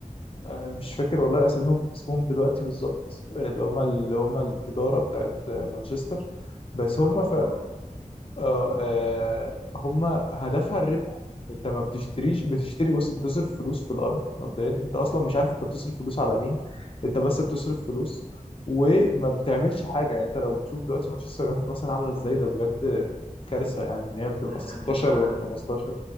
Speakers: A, on the left; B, on the right.
A: آه، مش فاكر والله اساميهم اسمهم دلوقتي بالظبط آه، اللي هم اللي هم الاداره بتاعت آه، مانشستر بس
B: أنا
A: هم
B: برضه
A: ف
B: ما أعرفش اسمه
A: آه، آه، هم هدفها الربح انت ما بتشتريش بتشتري بص بتصرف فلوس في الارض مبدئيا انت اصلا مش عارف انت بتصرف فلوس على مين انت بس بتصرف فلوس وما بتعملش حاجه يعني انت لو بتشوف دلوقتي مانشستر يونايتد مثلا عامله ازاي ده بجد كارثه يعني ان هي بتبقى
B: آه،
A: ال
B: ده
A: 16
B: من- لا
A: وال
B: ده مش
A: 15
B: حلو